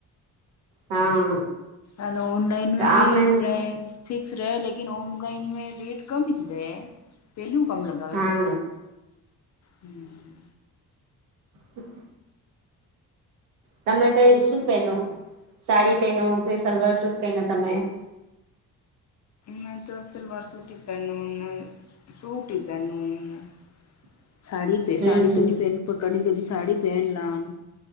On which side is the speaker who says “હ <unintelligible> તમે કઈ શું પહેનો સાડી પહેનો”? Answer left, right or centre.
Right